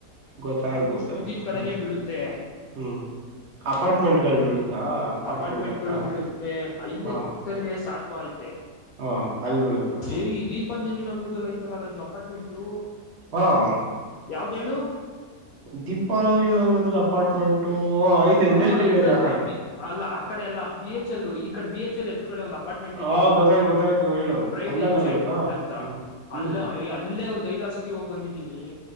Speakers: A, on the right; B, on the left.
A: ಗೊತ್ತಾಯ್ತು
B: ಆಲ್ಮೋಸ್ಟ್
A: ಗೊತ್ತಾಯ್ತು
B: ಬೀದಿದ್ದು ಕಡೆನೆೇ
A: ಹ್ಮ್
B: ಬೀಳುತ್ತೆ.
A: ಹ್ಮ್ ಅಪಾರ್ಟ್ಮೆಂಟ್ಗಳ್
B: ಹ್ಮ್ ಮತ್ತೆ.
A: ಬೀಳುತ್ತಾ ಅಪಾರ್ಟ್ಮೆಂಟ್
B: ಅಪಾರ್ಟ್ಮೆಂಟ್ಗಳು
A: ಹತ್ರ
B: ಬೀಳುತ್ತೆ ಐಲ್ಲೇ
A: ಹಾ
B: ಪ ಕ್ಕದಲ್ಲಿ ಸಾತ್ವ ಆಯತೆ.
A: ಹಾ ಅಲ್ಲಿ ಬೀಳುತ್ತಾ.
B: ಏ ದೀಪಾಂಜಲಿ ನಗರದಲ್ಲಿ ಐತಲ್ಲಾ ರಾಜು ಅಪಾರ್ಟ್ಮೆಂಟು.
A: ಹ್ಮ್
B: ಯಾವ್ದೇಳು.
A: ದೀಪಂಜಲಿ ನಗರದಲ್ಲಿ ಅಪಾರ್ಟ್ಮೆಂಟು ಆಯ್ತಾ ಇಂಡಸ್ಟ್ರಿಯಲ್
B: ಹಾ ಇದ್ರ
A: ಏರಿಯಾ
B: ಹತ್ರ
A: ಆ ಕಡೆ.
B: ಬಿ ಅಲ್ಲ ಆ ಕಡೆ ಅಲ್ಲ ಬಿ ಎಚ್ ಎಲ್ ಈ ಕಡೆ ಬಿ ಎಚ್ ಎಲ್ ಎದುರು ಕಡೆ ಒಂದ್ ಅ ಅಪಾರ್ಟ್ಮೆಂಟ್ ಐತೆ
A: ಹಾ
B: ಗೊತ್ತಾ
A: ಗೊತ್ತಾಯ್ತು ಗೊತ್ತಾಯ್ತು ಹೇಳು
B: ಪ್ರೈಡ್
A: ಅಲ್ಲೆಲ್ಲ
B: ಏನ್ಜೈಂಟ್
A: ಬೀಳುತ್ತಾ
B: ಅಂತ
A: ಹ್ಮ್ ಹ್ಮ್
B: ಅಲ್ಲ ಅಲ್ಲೇ ಒಂದು ಐದಾ ಆರ್ ಸತಿ ಹೋಗ್ ಬಂದಿದ್ದೀನಿ.